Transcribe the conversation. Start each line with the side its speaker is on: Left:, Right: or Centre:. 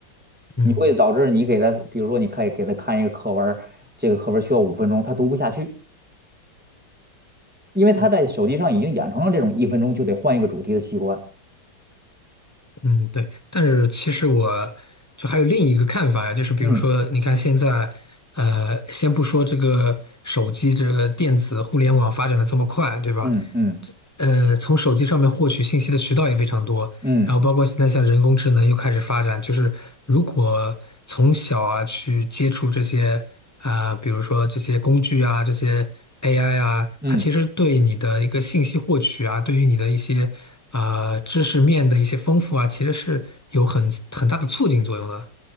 Left: 嗯
Centre: 你会导致你给他，比如说你可以给他看一个课文儿这个课文儿需要五分钟，他读不下去，因为他在手机上已经养成了这种一分钟就得换一个主题的习惯。
Left: 是的嗯，对，但是其实我就还有另一个看法呀，就是比如说，
Centre: 嗯
Left: 你看现在，呃，先不说这个手机这个电子互联网发展的这么快，对吧？
Centre: 嗯嗯
Left: 呃，从手机上面获取信息的渠道也非常多，
Centre: 嗯
Left: 然后包括现在像人工智能又开始发展，就是如果从小啊去接触这些啊、比如说这些工具啊，这些 AI 啊，
Centre: 嗯
Left: 它其实对你的一个信息获取啊，对于你的一些啊、呃知识面的一些丰富啊，其实是有很很大的促进作用的，